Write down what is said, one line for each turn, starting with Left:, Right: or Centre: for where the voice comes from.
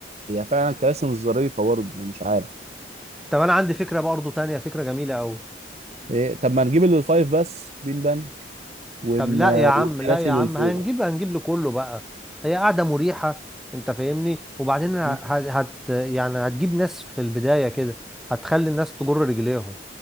Right: هي فعلا كراسي مش ظريفه برضه مش عارف
Centre: طب انا عندي فكرة برضو تانية فكرة جميلة قوي
Right: ايه طب ما نجيب اللي الفايف بس بين بان ون...
Centre: طب لا يا عم
Right: والكراسي
Centre: لا يا
Right: اللي
Centre: عم
Right: فوق
Centre: هنجيب هنجيب لكله بقى هي قاعدة مريحة انت فاهمني وبعدين ه-
Right: مم.
Centre: هت يعني هتجيب ناس في البداية كده هتخلي الناس تجر رجليهم